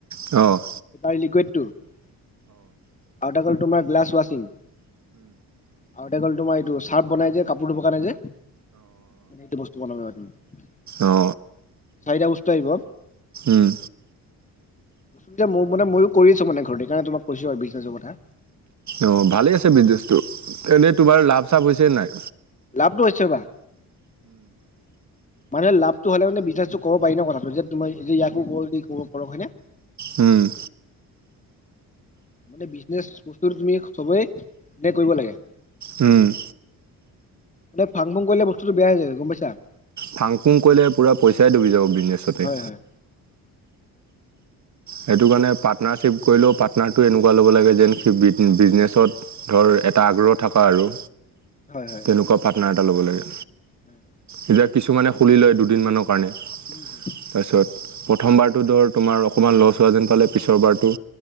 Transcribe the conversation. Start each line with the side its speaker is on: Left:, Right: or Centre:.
Right: অ'।
Left: তাৰ লিকুইডটো আৰু এটা হ'ল তোমাৰ গ্লাছ ৱাছিং। আৰু এটা হৈ গ'ল তোমাৰ এইটো চাৰ্ফ বনাই যে কাপোৰ ধুব কাৰণে যে। এইটো বস্তু মনত ৰাখিবা।
Right: অঁ অঁ
Left: চাৰিটা বস্তু আহিব।
Right: অঁ
Left: এতিয়া মোক মানে ময়ো কৰি আছো মানে ঘৰতে কাৰণে তোমাক কৈছো আৰু বিজনেছৰ কথা।
Right: অ' ভালে আছে বিজনেচটো এনেই তোমাৰ লাভ চাভ হৈছে নাই?
Left: লাভটো হৈছে ৰবা। মানে লাভটো হ'লে বিজনেছটো ক'ব পাৰি ন' বস্তুটো কথাটো যে তুমি যে ইয়াকো ক'ব পাৰোঁ কৰ হয়নে?
Right: উম।
Left: মানে বিজনেছ বস্তু তুমি সবেই কৰিব ধুনীয়াকৈ কৰিব লাগে।
Right: উম।
Left: মানে ফাং ফুং কৰিলে বস্তুটো বেয়া হৈ য গম পাইছা।
Right: ফাং ফুং কৰিলে পুৰা পইচাই ডুবি যাব বিজনেছতে।
Left: হয় হয়
Right: সেইটো কাৰণে পাৰ্টনাৰশ্বিপ কৰিলেও পাৰ্টনাৰটো এনেকুৱা ল'ব লাগে যেন সি বিজনেচত। ধৰ এটা আগ্ৰহ থকা আৰু।
Left: হয় হয়।
Right: তেনেকুৱা পাৰ্টনাৰ এটা ল'ব লাগে।
Left: <unintelligible>
Right: এতিয়া কিছুমানে খুলি লয় দুদিনমানৰ কাৰণে।
Left: <inaudible>
Right: তাৰপিছত প্ৰথমবাৰটো ধৰ তোমাৰ। অকণমান লছ হোৱা যেন পালে পিছৰ বাৰটো